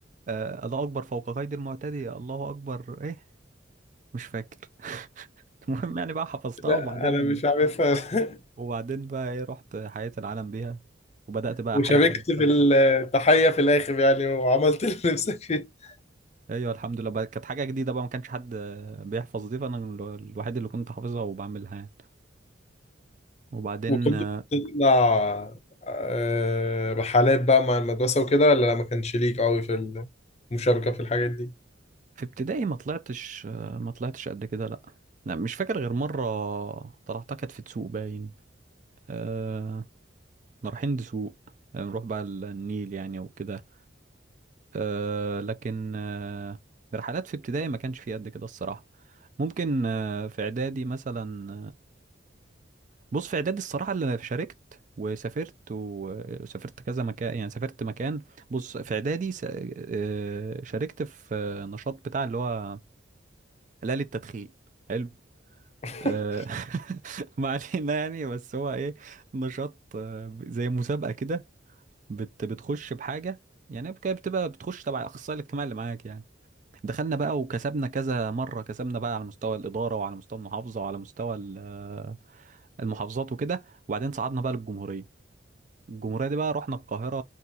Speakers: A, on the right (about 40°); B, on the left (about 35°).
A: آه، الله اكبر فوق قيد المعتدي الله اكبر ايه مش فاكر <laughs> المهم يعني بقى حفظتها
B: لا
A: وبعدين
B: انا مش عارفها <laughs>
A: وبعدين بقى ايه رحت حياة العالم بيها وبدأت بقى
B: وشاركت
A: احيي العالم
B: في
A: سنة
B: التحية
A: سنة ستة.
B: في الآخر يعني وعملت اللي نفسك فيه
A: ايوه الحمد لله بقى كانت حاجة جديدة بقى ما كانش حد آه، بيحفظ دي فانا ال- الوحيد اللي كنت حافظها وبعملها يعني وبعدين
B: وكنت
A: آه،
B: بتطلع آه، رحلات بقى مع المدرسة وكده ولا لا ما كانش ليك قوي في المشاركة في الحاجات دي؟
A: في ابتدائي ما طلعتش آه، ما طلعتش قد كده لا لا مش فاكر غير مرة طلعتها كانت في تسوق باين أه كنا رايحين دسوق آه، نروح بقى ال- النيل يعني وكده أه لكن أه رحلات في ابتدائي ما كانش في قد كده الصراحة ممكن آه، في اعدادي مثلا بص في اعدادي الصراحه اللي انا شاركت وسافرت و- وسافرت كذا مكان يعني سافرت مكان بص في اعدادي س- آه، شاركت في آه، نشاط بتاع اللي هو هلال التدخين حلو
B: <laughs>
A: آه، <laughs> ما علينا يعني بس هو ايه نشاط آه، زي مسابقه كده بت بتخش بحاجه يعني كده بتبقى بتخش تبع الاخصائي الاجتماعي اللي معاك يعني دخلنا بقى وكسبنا كذا مره كسبنا بقى على مستوى الاداره وعلى مستوى المحافظه وعلى مستوى ال- آه، المحافظات وكده وبعدين صعدنا بقى للجمهوريه الجمهورية دي بقى رحنا القاهرة